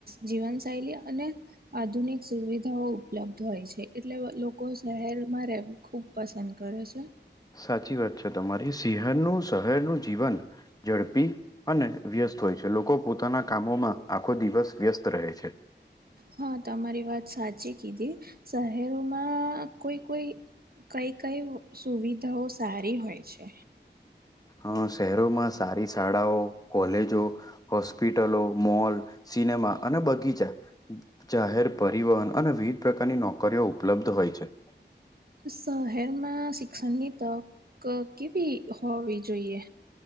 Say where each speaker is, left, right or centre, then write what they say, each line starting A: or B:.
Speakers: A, on the right; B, on the left.
A: જીવન શૈલી અને આધુનિક સુવિધાઓ ઉપલબ્ધ હોય છે, એટલે લોકો શહેરમાં રહેવું ખૂબ પસંદ કરે છે.
B: સાચી વાત છે. તમારી શહેરનું જીવન ઝડપી અને વ્યસ્ત હોય છે. લોકો પોતાના કામોમાં આખો દિવસ વ્યસ્ત રહે છે.
A: હા તમારી વાત સાચી કીધી શહેરોમાં કોઈ કોઈ કઈ કઈ સુવિધાઓ સારી હોય છે.
B: હ શહેરોમાં સારી શાળાઓ, કોલેજો હોસ્પિટલો, મોલ, સિનેમા, અને બગીચા. જાહેર પરિવહન અને વિવિધ પ્રકારની નોકરીઓ ઉપલબ્ધ હોય છે.
A: શહેરમાં શિક્ષણની તક કેવી હોવી જોઈએ